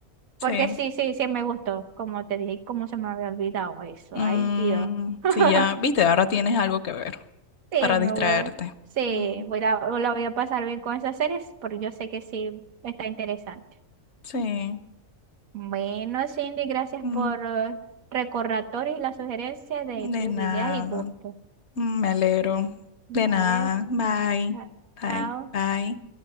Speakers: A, on the left; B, on the right.
A: sí.
B: Porque sí, sí, sí me gustó, como te dije, cómo se me había olvidado eso.
A: Mm,
B: Ay, Dios. <laughs>
A: sí, ya, viste, ahora tienes algo que ver
B: Sí,
A: para
B: me
A: distraerte.
B: voy. Sí,
A: Mm,
B: voy a, la voy a pasar bien con esas series porque yo sé que sí está interesante.
A: sí.
B: Bueno, Cindy, gracias
A: Mm,
B: por eh, recordatorios y las sugerencias de
A: de
B: tus
A: nada.
B: ideas y gustos.
A: Mm, me alegro. De
B: Dale,
A: nada. Bye.
B: cha-
A: Bye.
B: chao.
A: Bye.